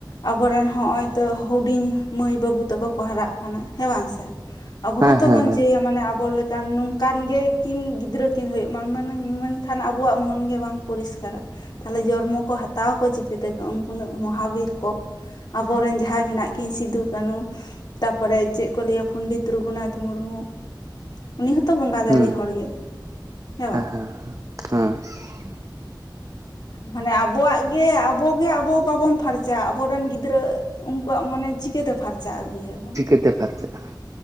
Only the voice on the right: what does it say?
ᱦᱮᱸ
ᱦᱮᱸ
ᱦᱮᱸ
ᱦᱩᱸ
ᱦᱮᱸ
ᱦᱮᱸ ᱾ ᱦᱮᱸ ᱾
ᱪᱤᱠᱟᱹᱛᱮ ᱯᱷᱟᱨᱪᱟᱜᱼᱟ ᱾